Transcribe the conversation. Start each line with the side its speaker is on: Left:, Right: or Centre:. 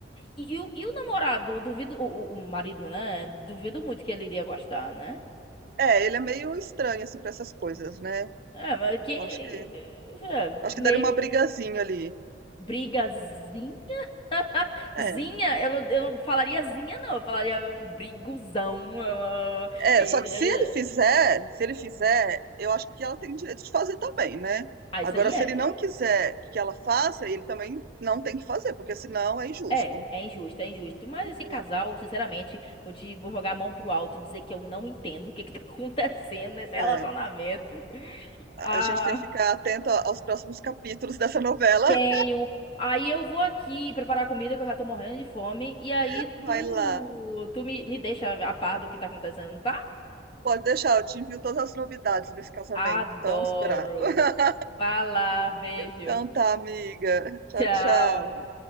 Left: E, e o, e o namorado, duvido, o, o o marido, né? Duvido muito que ele iria gostar, né?
Right: É, ele é meio estranho, assim, pra essas coisas, né?
Left: É, mas quem.
Right: Eu acho que, eu
Left: eh, É,
Right: acho
Left: meio
Right: que daria uma brigazinha ali.
Left: brigazinha. <laughs>
Right: É,
Left: Zinha, eu não, eu não falaria zinha, não. Eu falaria um briguzão. eh,
Right: é,
Left: eh,
Right: só que se ele fizer,
Left: eh.
Right: se ele fizer, eu acho que ela tem direito de fazer também, né?
Left: Ah,
Right: Agora,
Left: isso aí é.
Right: se ele não quiser que ela faça, ele também não tem que fazer, porque senão é injusto.
Left: É, é injusto, é injusto. Mas
Right: Uhum.
Left: esse casal, sinceramente, vou te vou jogar a mão pro alto e dizer que eu não entendo o que que tá <laughs> acontecendo nesse relacionamento.
Right: É,
Left: Ah,
Right: a a gente tem que ficar atento a- aos próximos capítulos dessa novela.
Left: tenho. Aí eu vou aqui preparar comida que eu já tô morrendo de fome e aí
Right: <laughs>
Left: tu
Right: Vai lá.
Left: tu me, me deixa a par do que tá acontecendo, tá?
Right: Pode deixar, eu te envio todas as novidades desse casamento
Left: Adoro.
Right: tão esperado. <laughs>
Left: Vai lá, beijo.
Right: Então tá, amiga. Tchau,
Left: Tchau.
Right: tchau.